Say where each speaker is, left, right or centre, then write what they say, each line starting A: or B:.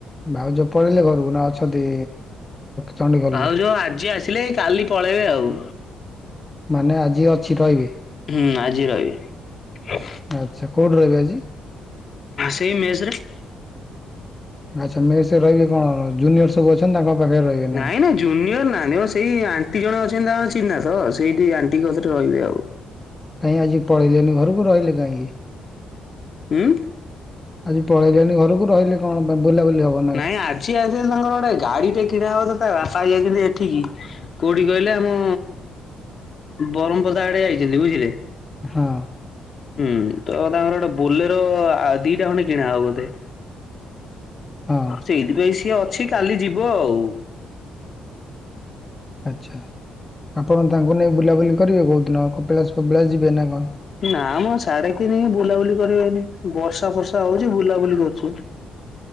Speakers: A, on the left (about 20°); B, on the left (about 50°).
A: ଭାଉଜ ପଳେଇଲେ ଘରକୁ ନା ଅଛନ୍ତି। ଚଣ୍ଡିଖୋଲରେ
B: ଭାଉଜ ଆଜି ଆସିଲେ, କାଲି ପଳେଇବେ ଆଉ।
A: ମାନେ ଆଜି ଅଛି ରହିବେ?
B: ହୁଁ ଆଜି ରହିବେ।
A: ଆଛା, କଉଠି ରହିବ ଆଜି?
B: ସେଇ ମେସେରେ।
A: ଆଛା ମେସେରେ ରହିବେ କଣ, ଜୁନିୟର ସବୁ ଅଛନ୍ତି, ତାଙ୍କ ପାଖରେ ରହିବେ? ନା
B: ନାଇଁ
A: କଣ?
B: ନାଇଁ। ଜୁନିୟର ନା ସେଇ ଆଣ୍ଟି ଜଣେ ଅଛନ୍ତି ଆ ଚିହ୍ନା ତ ସେଇଠି ଆଣ୍ଟି କଥରେ ରହିବେ ଆଉ।
A: କାଇଁ ଆଜି ପଳେଇଲେନି ଘରକୁ, ରହିଲେ କାହିଁକି?
B: ହୁଁ।
A: ଆଜି ପଳେଇଲେଣି ଘରକୁ, ରହିଲେ କଣ ପାଇଁ ବୁଲାବୁଲି ହବନି?
B: ନାଇଁ ଆଜି ଆଜି ତାଙ୍କର ଗୋଟେ ଗାଡି ଟେ କିଣା ହବ ତ ତା ବାପା ଯନ୍ତ ଏଠିକି। କୋଉଠି କହିଲେ ଆମ ବରମପଦା ଆଡେ ଯାଇଛନ୍ତି ବୁଝିଲେ?
A: ହଁ ଅ
B: ହୁଁ, ତ ତାଙ୍କର ଗୋଟେ ବୋଲେର ଦିଟା ଖଣ୍ଡେ କିଣା ହବ ବୋଧେ?
A: ହଁ
B: ସେଇଥିପାଇଁ ସିଏ ଅଛି, କାଲି ଯିବ ଆଉ।
A: ଆଛା, ଆପଣ ତାଙ୍କୁ ନେଇ ବୁଲାବୁଲି କରିବେ, କେଉଁ ଦିନ କପିଳା କପିଳାସ ଯିବେ ନା କଣ?
B: ନା ଆମ ସାଢେ ତିନି ବୁଲାବୁଲି କରିବେନି ବର୍ଷା ଫର୍ଷା ହଉଛି ବୁଲାବୁଲି କରୁଛୁ।